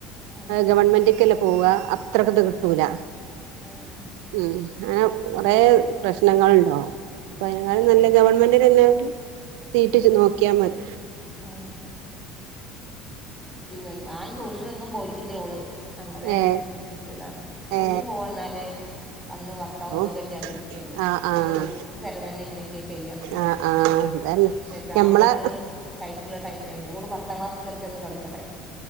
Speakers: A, in the centre; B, on the right.
A: ഉം
B: ഗവൺമെന്റ പോവ അത്രക്കത് കിട്ടൂല
A: ആഹ്
B: ഉം. അങ്ങനെ കുറേ പ്രശ്നങ്ങളുണ്ടാവും അപ്പ <unintelligible>
A: ആഹ്
B: നല്ല ഗവൺമെന്റ് തന്നെ സീറ്റ് ഇജ്ജ് നോക്കിയാ മതി.
A: ഉം. പിന്നെ ഞാൻ ട്യൂഷനൊന്നും പോയിട്ടില്ലേ ഓള് അങ്ങനെ
B: ഏ
A: ജയിച്ച് കിട്ടിയതാണ് ട്യൂഷൻ
B: ഏ
A: പോവാ എന്നാല് അന്ന് ഭർത്താവ്
B: ഓ
A: സുഖമില്ലാതിരിക്കന്
B: ആഹ്
A: പിന്നെ
B: ആഹ്
A: വീട്ടത്ത് ചെലവ തന്നെ ഇങ്ങനെയൊക്കെയ കെയ്യാന്ന് നിച്ചല്ല.
B: ആഹ് ആഹ് അതന്നെ
A: പിന്നെല്ലാം
B: ഞമ്മളെ
A: കൊണ്ടൊരു ടൈറ്റുള്ള ടൈം ആയിരുന്നു ഓട് പത്താം ക്ലാസ് എത്തന്ന് തുടങ്ങിയ